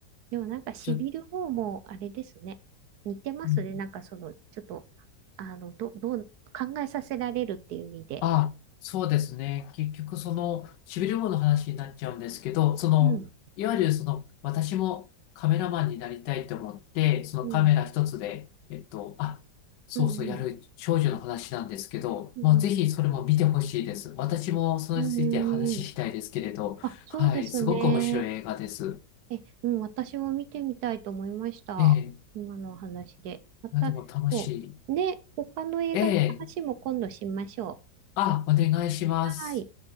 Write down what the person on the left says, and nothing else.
ちょ、
うん
あ、そうですね。結局、その、しびれ棒の話になっちゃうんですけど、その、
いわゆるその、私もカメラマンになりたいと思って、そのカメラ一つで、
えっと、あ、そうそう、
やる少女の話なんですけど、
もうぜひそれも見てほしいです。私もそれについて話したいですけれど、
はい、すごく面白い映画です。
ええ、
なども楽しい。
ええ、あ、お願いします。